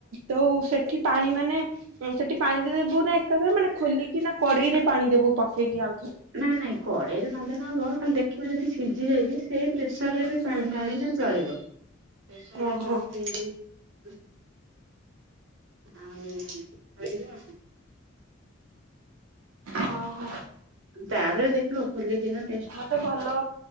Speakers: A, on the right; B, on the right.
A: ତଉ ସେଠି ପାଣି ମାନେ ସେ ସେଠି ପାଣି ଦେବୁ। ନା ଏକାଥରେ ମାନେ ଖୋଲିକି ନା କଡେଇ ରେ ପାଣି ଦେବୁ ପକେଇକି ଆଉ ଥରେ।
B: ନାଇଁ ନାଇଁ କଡେଇରେ ନଦେନେ ହବ। ଖାଲି ଦେଖିବ ଯଦି ସିଝି ଯାଇଛି ସେଇ ପ୍ରେସରରେ ବି
A: ହୁଁ
B: ପାଣି ଢାଳିିଲେ ବି ଚଳିବ। ପ୍ରେସରରେ
A: ଓହୋ
B: ପାଣି ଦେଇଦେଇକି ଆଉ କରିବା।
A: ଅ ହ।
B: ତାପରେ ଦେଖିବ ଖୋଲିକିିନା।
A: ତମ ତେ ଭଲ